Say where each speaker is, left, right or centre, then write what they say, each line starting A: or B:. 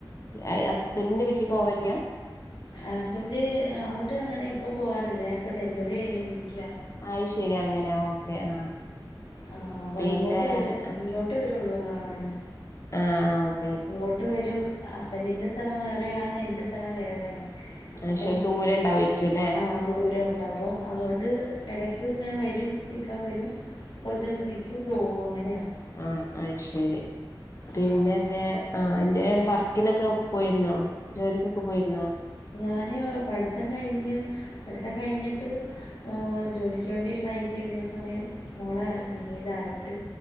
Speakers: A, on the left; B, on the left.
A: അഹ് ഹസ്ബൻഡിന്റെ വീട്ടിൽ പോവലില്ല
B: അ ഹസ്ബൻഡ് ആ അങ്ങോട്ട് അങ്ങനെ ഇപ്പം പോവാറില്ല ഞാനിപ്പം ഡെലിവറി കഴിഞ്ഞു വീട്ടിലാ
A: അയ് ശരി അങ്ങനെ ഓക്കെ ആഹ്
B: ആ അപ്പൊ
A: പിന്നെ
B: ഇങ്ങോട്ട്
A: വേറെ
B: വരും ഇങ്ങോട്ട് വരുള്ളു കാണാൻ
A: ആ ആ
B: ഇങ്ങോട്ട് വരും ഹസ്ബൻറിന്റെ സ്ഥലം വേറെയാണ് ന്റെ സ്ഥലം വേറെയാണ്
A: പക്ഷെ
B: അപ്പം
A: ദൂരം ഉണ്ടാവുമായിരിക്കും അല്ലേ
B: ആ ദൂരം ഉണ്ട അപ്പം അതുകൊണ്ട് ഇടയ്ക്ക് ഇങ്ങനെ വരും ഇക്ക വരും കൊറച്ചോസം നിക്കും പോവും അങ്ങനെയാ
A: ആ അയ് ശരി പിന്നെന്തെ
B: ആഹ്
A: ആ എന്തേൽ വർ ക്കിനൊക്കെ പോയിരുന്നോ ജോലിക്കൊക്കെ പോയിരുന്നോ
B: ഞാന് പഠിത്തം കഴിഞ്ഞ് പഠിത്തം കഴിഞ്ഞിട്ട് ആ ജോലിക്ക് വേണ്ടി ട്രൈ ചെയ്തിര്ന സമയം മോള ഉം പിന്നീട് ആയി ട്ട്